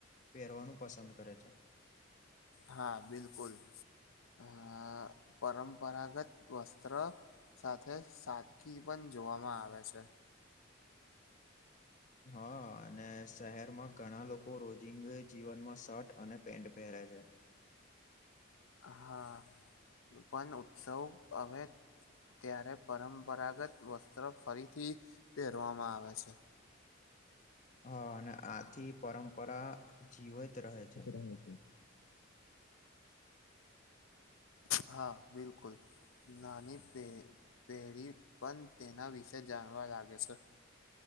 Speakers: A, on the left; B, on the left.
A: પહેરવાનું પસંદ કરે છે.
B: હા બિલકુલ અ પરંપરાગત વસ્ત્ર સાથે સાદગી પણ જોવામાં આવે છે.
A: હા અને શહેરમાં ઘણા લોકો રોજિંગ જીવનમાં શર્ટ અને પેન્ટ પહેરે છે.
B: હા પણ ઉત્સવ હવે ત્યારે પરંપરાગત વસ્ત્ર ફરીથી પહેરવામાં આવે છે.
A: હા અને આથી પરંપરા જીવત રહે છે.
B: એવું છે. હા બિલકુલ. નાની પેઢી પણ તેના વિશે જાણવા લાગે છે.